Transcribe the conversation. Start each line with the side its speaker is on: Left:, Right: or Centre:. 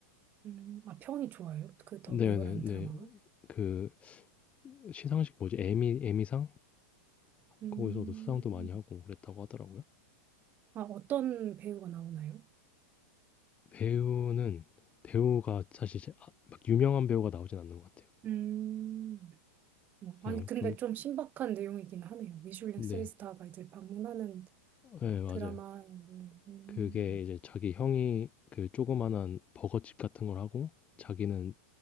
Right: 음, 아, 평이 좋아요? 그 더
Left: 네네
Right: 베어라는
Left: 네.
Right: 드라마가?
Left: 그 시상식 뭐지? 에미 에미상인가?
Right: 음,
Left: 거기서도 수상도 많이 하고 그랬다고 하더라고요.
Right: 아, 어떤 배우가 나오나요?
Left: 배우는 배우가 사실 제- 아, 막 유명한 배우가 나오진 않는 것 같아요.
Right: 음, 뭐,
Left: 그냥
Right: 아니, 근데
Left: 좀
Right: 좀 신박한 내용이긴 하네요. 미슐랭
Left: 네,
Right: 3스타가 이제 방문하는
Left: 네 맞아요.
Right: 드라마 내용. 음,
Left: 그게 이제 자기 형이 그 조그만한 버거집 같은 걸 하고 자기는